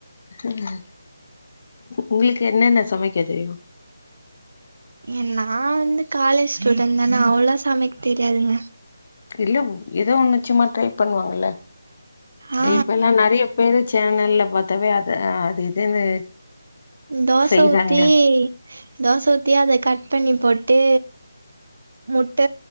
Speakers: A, on the left (about 45°); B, on the right (about 65°).
A: <unintelligible> உங்களுக்கு என்னென்ன சமைக்க தெரியு
B: ஏ நா வந்து காலேஜ் ஸ்டூடெண்ட் தானே அவ்ளோளா சமைக் தெரியாதுங்க
A: இல்ல ஏதோ ஒன்னு சும்மா ட்ரை பண்ணுவாங்கல்ல
B: ஆ
A: இப்போ எல்லா நெறைய பேரு சேனல்லல பாத்தாவே அது அது இதுன்னு
B: தோச
A: செய்றாங்களா
B: ஊத்தி தோச ஊத்தி அத கட் பண்ணி போட்டு முட்ட